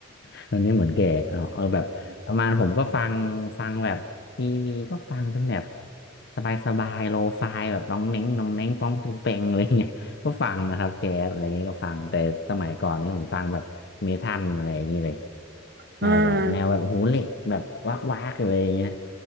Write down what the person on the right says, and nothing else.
อ่า